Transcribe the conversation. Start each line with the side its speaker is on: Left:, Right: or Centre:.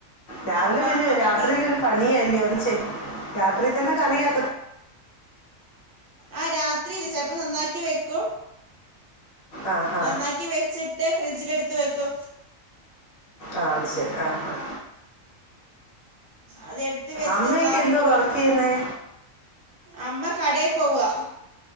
Left: രാവിലെ
Right: അപ്പൊ
Left: പിന്നെ
Right: അവർക്ക്
Left: രാത്രിയിലൊരു പണിയാല്ല്യോ അത്ചെ രാത്രി തന്നെ കറിയൊ
Right: ആ രാത്രിയില് ചെലപ്പോം നന്നാക്കി വെക്കും
Left: ആ ഹാ
Right: നന്നാക്കി വെച്ചിട്ട് ഫ്രിഡ്ജിലെടുത്ത് വെക്കും
Left: ആഹ് അത്ശെരി ആഹ് ആ
Right: അത് എടുത്ത് വെച്ചിട്ട്താക്കി
Left: അമ്മയൊക്കെ എന്തോ
Right: കൊടുക്കും
Left: വർക്ക് ചെയ്യുന്നേ
Right: അമ്മ കടയി പോവ്വാ